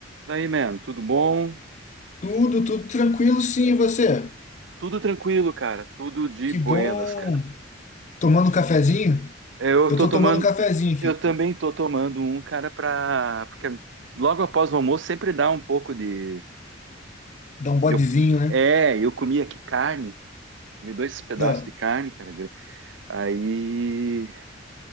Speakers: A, on the right; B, on the left.
A: Daí, man, tudo bom?
B: Tudo, tudo tranquilo, sim, e você?
A: Tudo tranquilo, cara. Tudo de
B: Que
A: buenas,
B: bom.
A: cara.
B: Tomando um cafezinho?
A: Eu
B: Eu
A: tô
B: tô
A: tomando,
B: tomando um cafezinho aqui.
A: eu também tô tomando um, cara, pra. Porque logo após o almoço sempre dá um pouco de.
B: Dá um bodezinho,
A: eu-
B: né?
A: É, eu comi aqui carne, comi dois pedaços
B: Ah,
A: de carne, cara. gra- Aí.